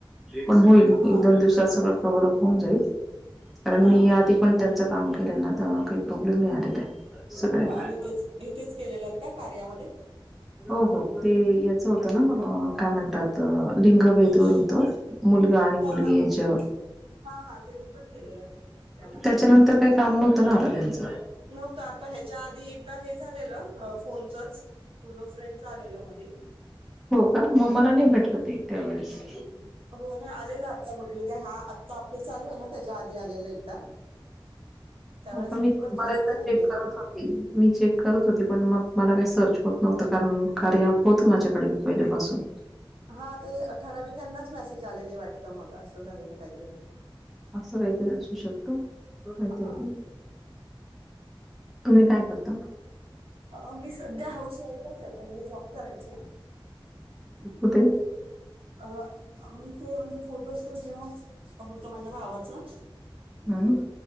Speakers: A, in the centre; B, on the right (about 85°).
A: पण होईल
B: हा
A: एक दोन दिवसात सगळ कवर बरोबर होऊन जाईल कारण
B: हा
A: मी
B: हा
A: आधी पण त्यांचा काम केलंय ना तर काही प्रॉब्लेम नाही आलेलं आहे सगळ्यांना
B: अ इथेच इथेच केलेलंत का कार्यामध्ये
A: हो हो ते याच होतं ना काय म्हणतात लिंगभेद
B: जोश
A: वर होत मुलगा आणि
B: हा
A: मुलगी
B: हा हा
A: याच्यावर
B: हा हा ते मी पण केलेलं ते त्यावेळेस
A: त्याच्यानंतर काही काम नव्हतं ना आला त्यांचं
B: नव्हतं आता ह्याच्या आधी एकदा हे झालेलं फोनचंच फोन फ्रेंडचं आलेलं मध्ये
A: हो का मला नही भेटलं ते त्यावेेळेस
B: हो नाही आलेलं आत्तामध्ये म्हणजे हा आत्ता आपलं चालू आहे ना त्याच्या आधी आलेला एकदा त्यावेळेस
A: हो का मी पण
B: जास्त
A: बऱ्याचदा
B: नाही
A: चेक
B: केले
A: करत होती मी चेक करत होती पण मग मला काय सर्च होत नव्हत. नव्हतं कारण कार्या होत माझ्याकडे पहिलेपासून
B: हा ते अठरानिकांनाच मेसेज आलेले वाटत मग असं झालेलं काहीतरी
A: असं काहीतरी असू शकत हो हांज
B: हा
A: नाही तुम्ही काय करता
B: अ मी सध्या हाऊस वाईफच आहे पहिले जॉब करायचे
A: होते
B: अ मी ते म्हणजे फोटो स्टुडिओ होत माझ्या भावाचं
A: हम्म